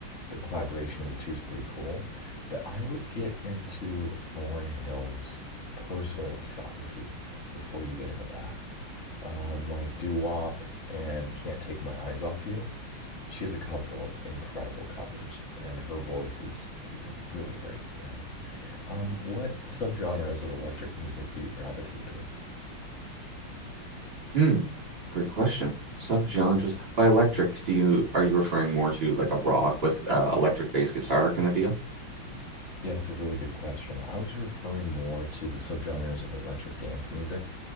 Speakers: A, on the left; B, on the right.
A: the collaboration of the two is pretty cool. But I would get into Lauren Hill's personal discography before you get into that. Um, like Do Wop and Can't Take My Eyes Off You. She has a couple of incredible covers, and her voice is is really great. Yeah. Um, what subgenres of electric music do you gravitate towards?
B: Hmm. Great question. Subgenres by electric. Do you are you referring more to like a rock with uh, electric bass guitar kind of deal?
A: Yeah, it's a really good question. I was referring more to the subgenres of electric dance music,